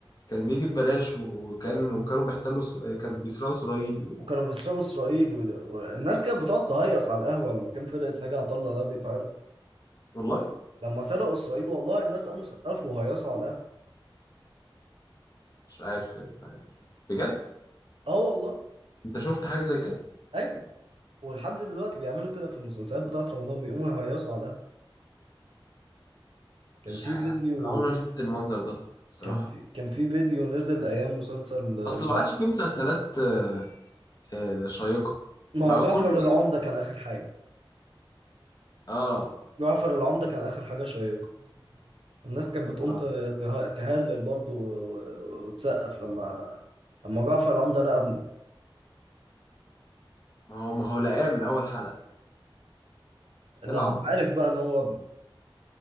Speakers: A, on the left (about 45°); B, on the right (about 85°).
A: كان بيجي ببلاش و- وكان وكانوا بيحتلوا سر- كانوا بيسرقوا اسرائيل و...
B: وكانوا بيسرقوا اسرائيل ود- والناس كانت بتقعد تهيص على القهوه لما كان فرقه ناجي عطا الله ده بيتعرض
A: والله
B: لما سرقوا اسرائيل والله الناس قاموا سقفوا وهيصوا على القهوه
A: مش عارف إيه الحاجة دي. بجد
B: اه والله
A: انت شفت حاجه زي كده
B: ايوه ولحد دلوقتي بيعملوا كده في المسلسلات بتاعت رمضان بيقوموا يهيصوا على القهوه كان
A: مش
B: في
A: عارف
B: فيديو
A: أنا عمري ما شفت المنظر ده الصراحه
B: كان في كان في فيديو نزل ايام مسلسل آه،
A: اصل
B: جعفر
A: ما عادش فيه مسلسلات آه، آه، شيقه
B: مع
A: بقى
B: جعفر
A: كله
B: العمده
A: ايه
B: كان اخر حاجه
A: اه
B: جعفر العمده كان اخر حاجه شيقه الناس كانت بتقوم
A: اه
B: ت- ته- تهلل برضه و- و- وتسقف لما لما جعفر العمده لقى ابنه
A: ما هو ما هو لقاه من اول حلقه
B: لما
A: العبوا
B: عرف بقى ان هو